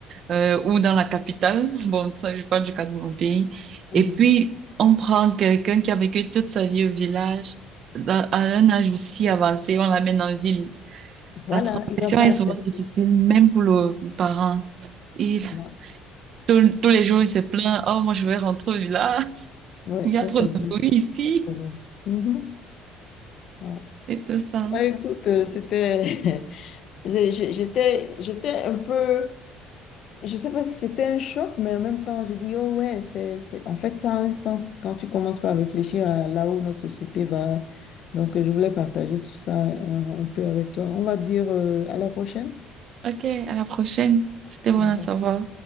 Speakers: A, on the right; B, on the left.
A: euh, ou dans la capitale. <laughs> Bon, ça, je parle du cas de mon pays.
B: Mhm.
A: Et puis, on prend quelqu'un qui a vécu toute sa vie au village, dans- à un âge aussi avancé, on l'amène en ville.
B: Voilà,
A: La transition
B: il va pas
A: est
B: accepter.
A: souvent difficile, même pour le parent. Il,
B: Ouais,
A: tous tous les jours, il se plaint, oh, moi, je vais rentrer au village. <laughs>
B: Ouais,
A: Il
B: ça
A: y a trop
B: c'est
A: de
B: vrai.
A: bruit ici.
B: C'est vrai. Mhm. Ouais.
A: Et tout ça.
B: Bah, écoute, euh, c'était, <laughs> j'ai- j'ai- j'étais, j'étais un peu, je sais pas si c'était un choc, mais en même temps, j'ai dit, oh ouais, c'est, c'est, en fait, ça a un sens quand tu commences par réfléchir à là où notre société va. Donc, euh, je voulais partager tout ça euh, un peu avec toi. On va dire euh, à la prochaine.
A: OK, à la prochaine. C'était bon
B: Au
A: à
B: revoir.
A: savoir.